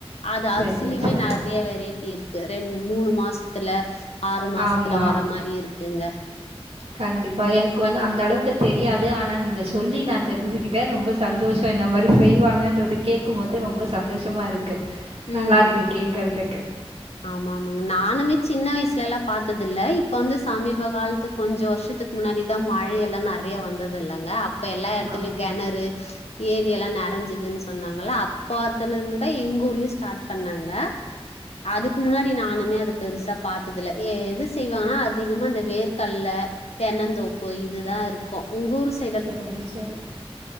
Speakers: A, on the left; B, on the right.
A: அது
B: சரி
A: அரிசிலயுமே
B: சரி
A: நறைய வெரைட்டி இருக்கு ரெண் மூணு மாஸ்த்துல ஆறு மாசத்துல
B: ஆமாம்
A: வர மாரி இருக்குங்க
B: கண்டிப்பா எனக்கு வந்து அந்த அளவுக்கு தெரியாது ஆனா நீங்க சொல்லி நா தெரிஞ்சுக்கிட்டே ரொம்ப ச சந்தோஷோ இந்த மாரி செய்வாங்கன்றத கேக்கும்போது ரொம்ப சந்தோஷமா இருக்கு
A: ம்
B: நல்லாருக்கு
A: ம்.
B: கேக்கறதுக்கு
A: ஆமா ஆமாங்க நானுமே சின்ன வய்சுலலா பாத்ததுல்ல இப்ப வந்து சமீப காலத்து கொஞ்சோ வர்ஷத்துக் முன்னாடிதா மழ எல்லா நறைய வந்தது இல்லங்க அப்ப எல்லா எடத்துலயு
B: ஆ.
A: கெணறு ஏரி எல்லா நெறஞ்சதுன் சொன்னாங்களா அப்பாத்துல இருந்துதா எங்க ஊர்லயு ஸ்டாட் பண்ணாங்க அதுக்கு முன்னாடி நானுமே அத பெருசா பாத்ததுல எது செய்வாங்கன்னா அதிகமா இந்த வேர்கல்ல தென்னந்தோப்பு இதுதா இருக்கு உங் உரு ச
B: செரி சேரி